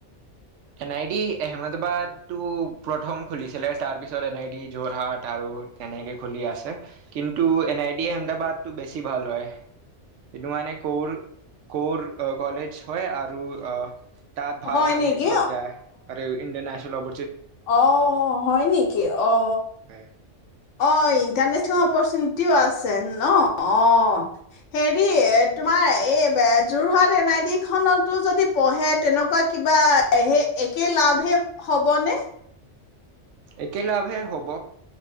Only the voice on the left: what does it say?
হয়
নেকি
আহ হয় নেকি অ
অ ইণ্টাৰনেচনেল অপৰচুটিও আছে ন অ হেৰি তোমাৰ এন আই ডিক খনতো য পঢ়ে তেনেকুৱা কিবা একে লাভে হ'বনে